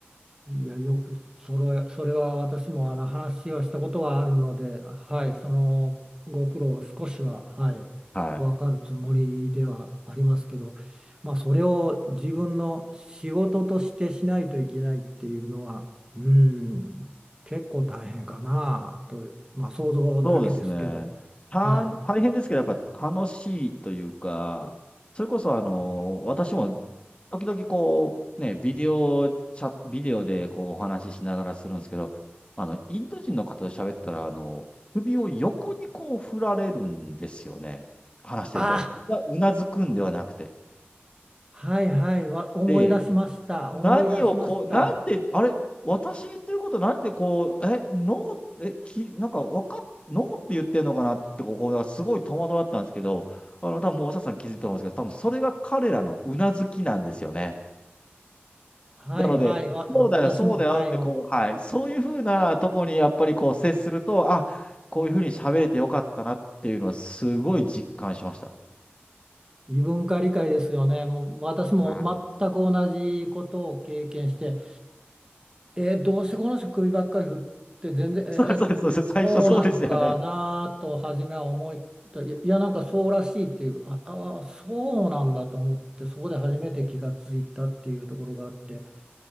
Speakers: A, on the right; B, on the left.
A: いや、よく、それ、それは私もあの話をしたことはあるので、はい、そのご苦労は少しは、はい、
B: はい
A: わかるつもりではありますけど、まあ、それを自分の仕事としてしないといけないっていうのは、うん、結構大変かなと、まあ、想像だけですけど、
B: そうですね。た、
A: はい。
B: 大変ですけど、やっぱ楽しいというか、それこそあの、私も時々こう、ね、ビデオチャ、ビデオでこうお話ししながらするんですけど、あの、インド人の方と喋ったら、あの、首を横にこう振られるんですよね。話してると。
A: あ、
B: うな、うなずくんではなくて。
A: はいはい、わ、思い出しました。
B: で、何をこう、
A: 思い出しました。
B: なんで、あれ、私言ってることなんでこう、え、ノーって、き、なんかわかっ、ノーって言ってるのかなって、ここがすごい戸惑ったんですけど、あの、多分もうおしゃさん気づいてると思うんですけど、多分それが彼らのうなずきなんですよね。
A: はいはい、
B: なので、
A: わ、
B: そうだよ、
A: 私も、
B: そうだよって、
A: はい。お
B: こう、はい、そういうふうなとこにやっぱりこう接すると、あ、こういうふうに喋れてよかったなっていうのはすごい実感しました。
A: 異文化理解ですよね。もう私も全く同じことを経験して、
B: はい
A: えーどうしてこの人首ばっかり振って全然、
B: <laughs>
A: えー、
B: そうそうそう、最初そうですよね。
A: そうなんかなと初めは思い、いや、いやなんかそうらしいっていう、ああー、そうなんだと思って、そこで初めて気がついたっていうところがあって、